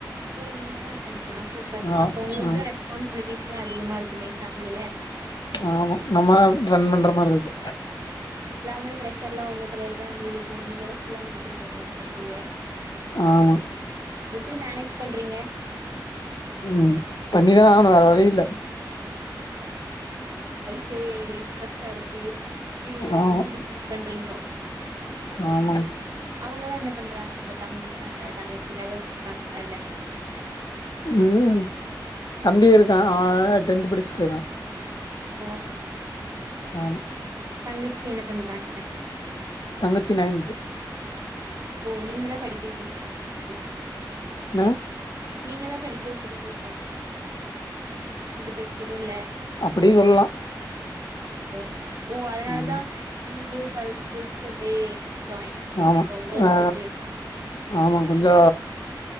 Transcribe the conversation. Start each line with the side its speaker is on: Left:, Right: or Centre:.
Right: ஓ நீங்கதான் அண்ணனா சூப்பர்
Left: ஆ
Right: அப்போ ஒங்ளுக்தா
Left: ஆ
Right: ரெஸ்பான்ஸிபிலிட்டிஸ்லா அதிகமாருக்குமே ஃபேம்லில
Left: ஆமா நம்ம ரண்மண்ற மார்ருக்கு
Right: மே பிரஷர்லா ஒங்க தலைலதான் வந்து விலுகும் நீங்கன ஃபுள்ளா மெயின் <unintelligible> பேம்லிய
Left: ஆமா
Right: எப்டி மேனேஜ் பண்றீங்க
Left: ம் பண்ணிதான ஆணும் வேர வலி இல்ல
Right: ஹே ஸ்ரஸ்ஸாருக் <unintelligible>
Left: ஆமா
Right: ஃபீல் பண்றீங்ளோ
Left: ஆமா
Right: அவங்கலா என்னப் பண்றாங்கவுங்க தம்பி த தங்கச்சிலாவோக் <unintelligible>
Left: ம் தம்பி இருக்கான் அவன் டென்த் படிஷ்ருகான்
Right: ஓ
Left: ஆமா
Right: தங்கச் சி என்ன பண்றாங்க
Left: தங்கச்சி நைன்த்
Right: ஓ நீங்க தா படிக்க வெக்கிரீங்களா ரெண்டுப்
Left: <inaudible>
Right: நீங்க தா படிக்க வைக்கிறீங்களோ ரெண்டு பேர்தியு இல்ல
Left: அப்டியூ சொல்லலா
Right: உம் ஓ அதனாலதா
Left: ம்
Right: நீங்களூ கல் முடிச்ட்டு அப்டியே ஜாயின்
Left: ஆமா
Right: ஒர்க்க்கு
Left: ஆ ஆமா கொஞ்சோ